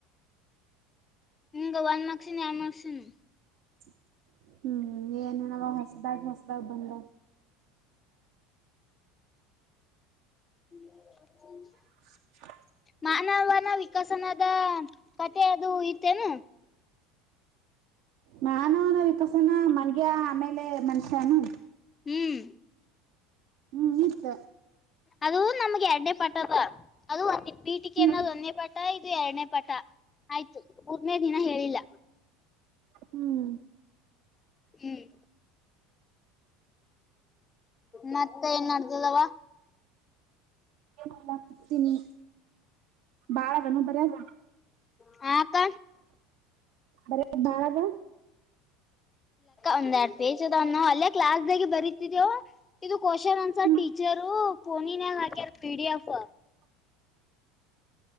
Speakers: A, on the left; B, on the right.
A: ನಿಂಗ ಒಂದ್ ಮಕ್ಸನ್ ಯಾವ ಮಕ್ಕ್ಷಿನ.
B: <inaudible> ಹ್ಮ್ ಏನ್ಣವ ಹೊಸ್ದಾಗ ಹೊಸ್ದಾಗ್ ಬಂದು
A: ಹ್ಮ
B: <inaudible>
A: ಮಾನವನ ವಿಕಸನದ ಕಥೆ ಅದು ಇತ್ತೇನು.
B: ಮಾನವನ ವಿಕಸನ ಮಂಡ್ಯಾ ಆಮೇಲೆ ಮನುಷ್ಯನು.
A: ಹ್ಮ್
B: ಹ್ಮ್ ನೀತ್ತ
A: ಅದು ನಮ್ಗೆ ಎರಡೇ ಪಟ ಅದ ಅದು ಒಂದ ಪೀಟಿಕೆ
B: ಹ್ಮ್
A: ಅನ್ನೋದು ಒಂದೇ ಪಟ ಇ ಎರಡನೇ ಪಟ ಆಯ್ತು ಮೂರ್ನೇ ದಿನ ಹೇಳಿಲ್ಲ.
B: ಹ್ಮ್
A: ಹ್ಮ್ ಮತ್ತೆ ಏನ್ ಮಾಡಡ್ತದವ.
B: ಎಲ್ಲ ಕುತೀನಿ ಬಾಳ ಅದನ ಬರಿಲ್ಲ
A: ಹಾತ್ತ
B: ಬರ ಬಾಳದ
A: ಒಂದ್ೆರಡು ಪೇಜ್ ಅದ ಅಲ್ಲೇ ಕ್ಲಾಸ್ ದಾಗ ಬರೀತಿದವು ಇದು ಕ್ವಶನ್ ಅನ್ಸರ್
B: ಹ್ಮ್
A: ಟೀಚರು. ೋನ ನ ಹಾಗಕೆ ಯ ಪಿಡಿಎಫ್
B: ಹ